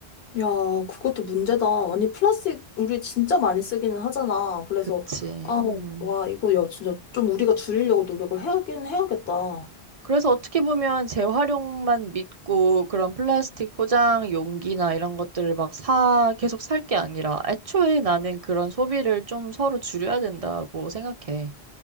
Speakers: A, on the left; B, on the right.
A: 야, 그것도 문제다. 아니, 플라스틱 우리 진짜 많이 쓰기는 하잖아. 그래서,
B: 그치.
A: 아,
B: 음.
A: 와, 이거 야, 진짜 좀 우리가 줄이려고 노력을 해야긴 해야겠다.
B: 그래서 어떻게 보면 재활용만 믿고 그런 플라스틱 포장 용기나 이런 것들을 막 사, 계속 살 게 아니라 애초에 나는 그런 소비를 좀 서로 줄여야 된다고 생각해.